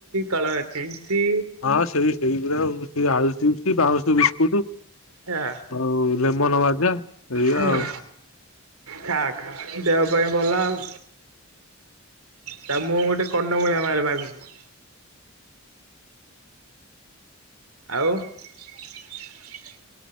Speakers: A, on the right (about 85°); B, on the left (about 75°).
A: କଲରା ଚିପ୍ସ।
B: ହଁ ସେଇ ଗୁରା ଆଉ ସେଇ ଆଳୁ ଚିପ୍ସ ବାଉଁଶ ବିସ୍କୁଟୁ।
A: ଖା
B: ଆଉ ଲେମନ ବାଜା ହେଇଆ
A: ହୁଁ
B: ଆଉ। <inaudible>
A: ଖା ଖା ଦେହ ପାଇଁ ଭଲ ଆଉ ତା ମୁହଁ କୁ ଗୋଟେ କନମୂଳିଆ ମାରିବ ଆଗକୁ। ଆଉ। <inaudible>